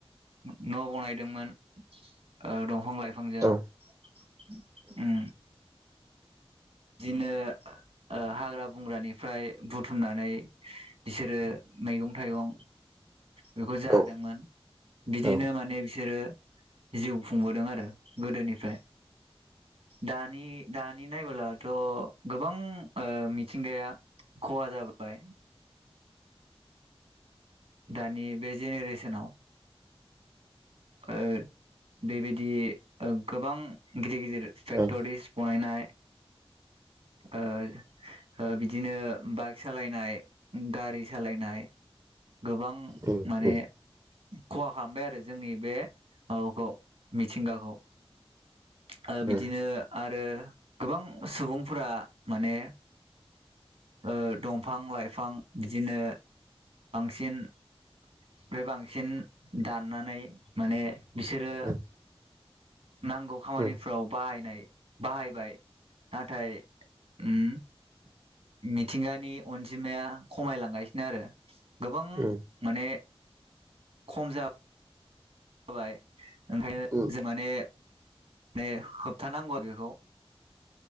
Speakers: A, on the right; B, on the right.
A: न बनायदोंमोन अ दंफां लाइ फांजों
B: औ
A: उ दिनो अ हाग्रा बंग्रानिफ्राय बुथुमनानै बिसोरो मैगं थाइगं बेखौ जादोंमोन
B: औ
A: बिदिनो
B: औ
A: माने बिसोरो जिउ खुंबोदों आरो गोदोनिफ्राय दानि दानि नायबोला थ गोबां अ मिथिंगाया खहा जाबाय दानि बे जेनेरेसनाव ओ बेबायदि गोबां गिदिर गिदिर
B: औ
A: फेक्टरिस बनायनाय अ अ बिदिनो बाइक सालायनाय गारि सालायनाय गोबां
B: ओं उम
A: माने
B: उम
A: खहा खामबाय आरो जोंनि बे माबाखौ मिथिंगाखौ अ बिदिनो
B: उम
A: आरो गोबां सुबुंफोरा माने ओ दंफां लाइ फां बिदिनो <unintelligible> ओमफ्राय बांसिन दाननानै माने बिसोरो
B: उम
A: नांगौ खामानिफ्राव
B: उम
A: बाहायनाय बाहायबाय नाथाय उम मिथिंगा नि अनजिमाया खमायलांगासिनो आरो गोबां
B: उम
A: माने खम जाब जाबाय ओंखायनो
B: उम
A: जों माने। ने होब खिथानांगौआ बेखौ।